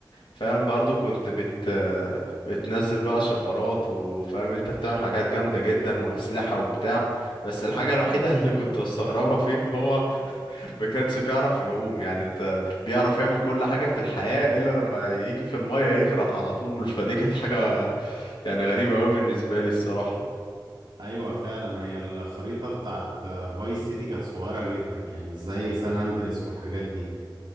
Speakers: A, on the left; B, on the right.
A: فاهم برضو كنت بت بتنزل بقى شفرات وفاهم انت بتعمل حاجات جامدة جدا واسلحة وبتاع بس الحاجة الوحيدة اللي كنت استغربها فيه ان هو ما كانش بيعرف يعوم يعني انت بيعرف يعمل كل حاجة في الحياة إلا لما يجي في المية يغرق على طول <laughs> فدي كانت حاجة يعني غريبة أوي بالنسبة لي الصراحة
B: ايوه فعلا هي الخريطة بتاعت فايس سيتي كانت صغيرة جدا يعني مش زي سان اندريس والحاجات دي